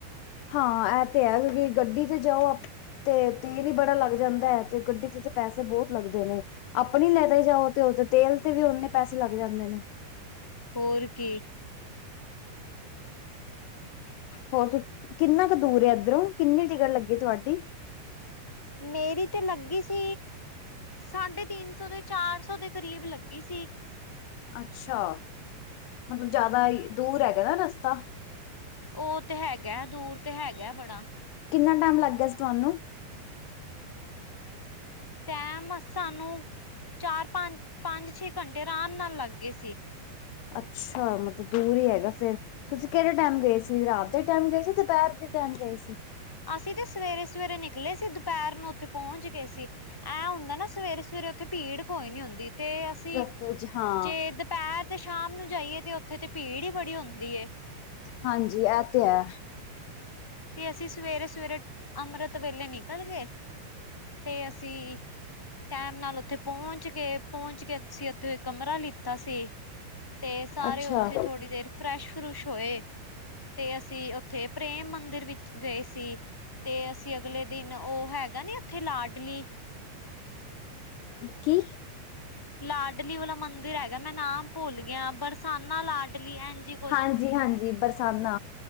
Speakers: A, on the left (about 80°); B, in the centre.
A: ਹਾਂ ਐਹ ਤੇ ਹੈ, ਕਿਉਂਕਿ ਗੱਡੀ ਤੇ ਜਾਓ ਅਪ, ਤੇ ਤੇਲ ਹੀ ਬੜਾ ਲੱਗ ਜਾਂਦਾ ਐ ਤੇ ਗੱਡੀ ਤੇ ਪੈਸੇ ਬਹੁਤ ਲੱਗਦੇ ਨੇ। ਆਪਣੀ ਲੈਕੇ ਜਾਓ ਤੇ ਉਹਦੇ ਤੇਲ ਤੇ ਵੀ ਓਨੇ ਹੀ ਪੈਸੇ ਲੱਗ ਜਾਂਦੇ ਨੇ।
B: ਹੋਰ ਕੀ।
A: ਹੋਰ ਤੋ, ਕਿੰਨਾ ਕੁ ਦੂਰ ਇੱਧਰੋ, ਕਿੰਨੀ ਟਿਕਟ ਲੱਗੀ ਤੁਹਾਡੀ?
B: ਮੇਰੀ ਤੇ ਲੱਗੀ ਸੀ, ਸਾਢੇ ਤਿੰਨ ਸੌ, ਚਾਰ ਸੌ ਦੇ ਕਰੀਬ ਲੱਗੀ ਸੀ।
A: ਅੱਛਾ, ਮਤਲਬ ਜਾਦਾ ਹੀ ਦੂਰ ਹੈਗਾ ਨਾ ਰਸਤਾ।
B: ਓ ਤੇ ਹੈਗਾ, ਦੂਰ ਤੇ ਹੈਗਾ ਬੜਾ
A: ਕਿੰਨਾ ਟੈਮ ਲੱਗ ਗਿਆ ਸੀ, ਤੁਹਾਨੂੰ
B: ਟੈਮ ਸਾਨੂੰ, ਚਾਰ-ਪੰਜ, ਪੰਜ-ਛੇ ਘੰਟੇ ਆਰਾਮ ਨਾਲ ਲੱਗ ਗੇ ਸੀ।
A: ਅੱਛਾ ਮਤਲਬ ਦੂਰ ਈ ਹੈਗਾ ਫੇਰ ਤੁਸੀਂ ਕੇੜੇ ਟੈਮ ਗਏ ਸੀ, ਰਾਤ ਦੇ ਟੈਮ ਗਏ ਸੀ, ਦੁਪੈਰ ਦੇ ਟੈਮ ਗਏ ਸੀ?
B: ਅਸੀਂ ਤੇ ਸਵੇਰੇ-ਸਵੇਰੇ ਨਿਕਲੇ ਸੀ, ਦੁਪੈਰ ਨੂੰ ਤੇ ਪੌਚ ਗਏ ਸੀ। ਐਂ ਹੁੰਦਾ ਨਾ ਸਵੇਰੇ-ਸਵੇਰੇ ਓਥੇ ਭੀੜ ਕੋਈ ਨੀ ਹੁੰਦੀ ਤੇ ਅਸ ਤੀ,
A: ਰਸਤੇ ਚ ਹਾਂ
B: ਜੇ ਦੁਪੈਰ ਤੇ ਸ਼ਾਮ ਨੂੰ ਜਾਈਏ ਤੇ ਓਥੇ ਤੇ ਭੀੜ ਈ ਵੜੀ ਹੁੰਦੀ ਏ।
A: ਹਾਂਜੀ ਏ ਤੇ ਐ।
B: ਤੇ ਅਸੀਂ ਸਵੇਰੇ-ਸਵੇਰੇ, ਅੰਮ੍ਰਤ ਵੇਲੇ ਨਿਕਲ ਗਏ, ਤੇ ਅਸੀਂ ਟੈਮ ਨਾਲ ਪਹੁੰਚ ਗੇ ਪਹੁੰਚ ਕੇ ਅਸੀਂ ਓਥੇ ਕਮਰਾ ਲੀਤਾ ਸੀ। ਤੇ ਸਾਰੇ
A: ਅੱਛਾ
B: ਓਥੇ ਥੋੜੀ ਦੇਰ ਫਰੈਸ਼-ਫਰੁਸ਼ ਹੋਏ ਤੇ ਅਸੀਂ ਓਥੇ ਪ੍ਰੇਮ ਮੰ ਦਰ ਵਿਚ ਗਏ ਸੀ, ਤੇ ਅਸੀਂ ਅਗਲੇ ਦਿਨ ਓ ਹੈਗਾ ਨੀ ਓਥੇ ਲਾਡਲੀ
A: ਕੀ?
B: ਲਾਡਲੀ ਵਾਲਾ ਮੰਦਿਰ ਹੈਗਾ ਮੈਂ ਨਾਮ ਭੁੱਲ ਗੀਆ ਬਰਸਾਨਾ ਲਾਡਲੀ ਐ ਜ
A: ਹਾਂਜੀ-ਹਾਂਜੀ ਬਰਸਾਨਾ,